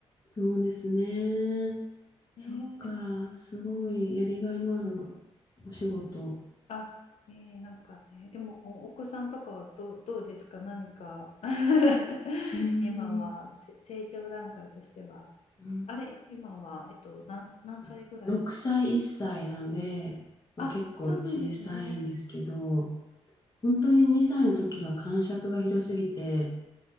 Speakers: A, on the left; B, on the left.
A: そうですね。そっか、
B: ねえ
A: すごいやりがいのあるお仕事。
B: あ、ねえなんかね、でもお子さんとかはどう、どうですか何か <laughs>
A: うー
B: 今はせ成長段階としては。
A: ん、うん
B: あれ、今は、えっと、何、何歳ぐらいなんですか
A: あ6歳、1歳なので、まあ、
B: あ、
A: 結構小さいんですけど、
B: そうなんですね。
A: 本当に2歳の時は感触が広すぎて、